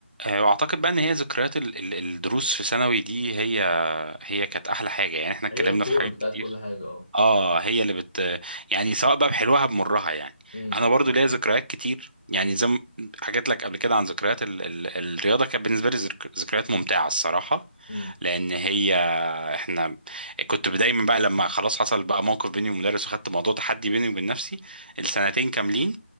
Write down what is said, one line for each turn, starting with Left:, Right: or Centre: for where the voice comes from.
Right: آه، واعتقد بقى ان هي ذكريات ال- ال- الدروس في ثانوي دي هي هي كانت احلى حاجه يعني احنا اتكلمنا
Left: هي الكور
Right: في حاجات
Left: بتاعت
Right: كتير
Left: كل حاجة اه
Right: اه هي اللي بت يعني سواء بقى بحلوها بمرها يعني
Left: امم
Right: انا برضو
Left: صح.
Right: ليا ذكريات كتير يعني زي ما حكيت لك قبل كده عن ذكريات ال... ال... الرياضه كانت بالنسبه لي ذك... ذكريات ممتعه الصراحه
Left: امم
Right: لان هي احنا كنت دايما بقى لما خلاص حصل بقى موقف بيني ومدرس وخدت موضوع تحدي بيني وبين نفسي السنتين كاملين